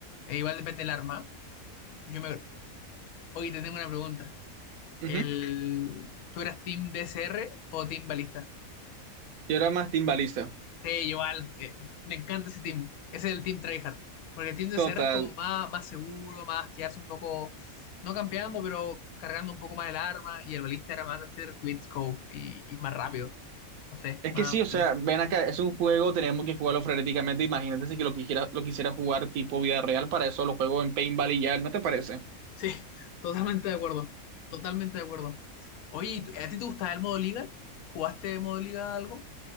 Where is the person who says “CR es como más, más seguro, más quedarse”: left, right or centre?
Left